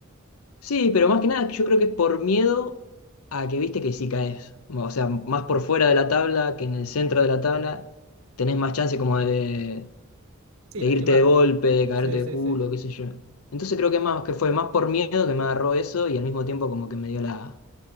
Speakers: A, on the left; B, on the right.
A: sí, pero más que nada yo creo que es por miedo a que viste que si caes. O sea, más por fuera de la tabla que en el centro de la tabla, tenés más chance como de,
B: Sí,
A: de
B: lastimarte.
A: irte de golpe, de caerte
B: Sí,
A: de
B: sí,
A: culo,
B: sí.
A: qué sé yo. Entonces creo que más que fue más por miedo que me agarró eso y al mismo tiempo como que me dio la